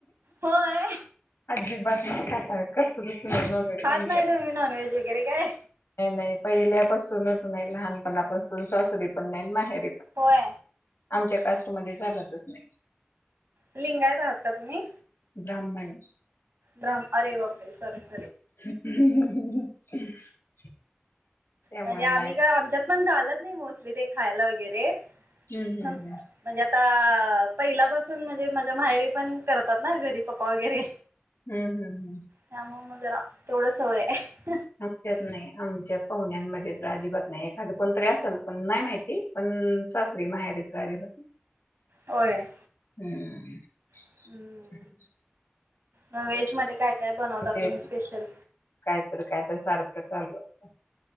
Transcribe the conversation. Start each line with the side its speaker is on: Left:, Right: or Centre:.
Right: होय
Left: अजी बात नाही खता कसू कस म न
Right: खात
Left: आमच्या
Right: नाही तुम्ही नॉनव्हेज वगैरे काय
Left: नाही नाही पहिल्यापासूनच नाही लहानपणापासून सासरी पण नाही माहिित
Right: होय
Left: आमच्या कास्टमध्ये झालतच नाही
Right: लिंगायत राहात का तुम्ही
Left: ब्रह्मण
Right: ग्राम अरे वापरे स
Left: <unintelligible>
Right: म्हणजे आम्ही
Left: नाही
Right: काय आमच्यात पण झालच नाही मोस्टली ते खायला वगैरे.
Left: हम्म हम्म
Right: म्हणजे
Left: हम्म.
Right: आता पहिलापासून म्हणजे माझ्या माहेरी पण करतात ना घरी पप्पा वगैरे.
Left: हम्म हम्म हम्म.
Right: त्यामुळे मग जरा तेवढ सवय आहे.
Left: आमच्यात नाही आमच्या पाहुण्या. माझ्या तर अजिबात नाही एखाद कोणतरी असेल पण नाही माहिती पण सासरी माहेरी तर अजिबात नाही.
Right: होय.
Left: हम्म <inaudible>
Right: हम्म व्हेज मध्ये काय काय बनवता
Left: ते
Right: तुम्ही स्पेशल.
Left: काय तर काय तर सारखं चालू असतं